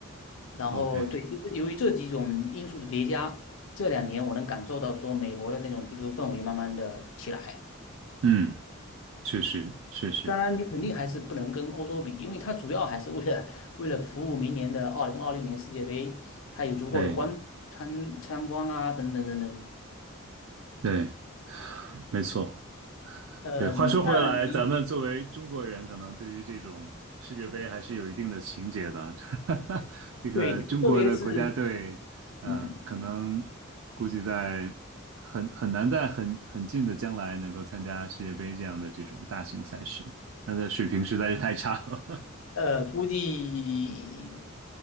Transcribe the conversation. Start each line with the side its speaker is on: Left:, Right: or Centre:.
Left: 然后对，
Right: ，OK，
Left: 由由于这几种因素的叠加，这两年我能感受到说美国的那种足球氛围慢慢的起来。
Right: 嗯，确实确实，
Left: 当然，你肯定还是不能跟欧洲比，因为它主要还是为了为了服务明年的二零二六年世界杯，它有足够的观参参观啊，
Right: 对
Left: 等等等等。
Right: 对。没错。
Left: 嗯、
Right: 对，话说回来，
Left: 那你
Right: 咱们作为中国人，可能对于这种世界杯还是有一定的情结的。<laughs> 这个中国的国家队，
Left: 对，特别是
Right: 呃，
Left: 嗯。
Right: 可能估计在很很难在很很近的将来能够参加世界杯这样的这种大型赛事，那的水平实在是太差了，
Left: 呃，估计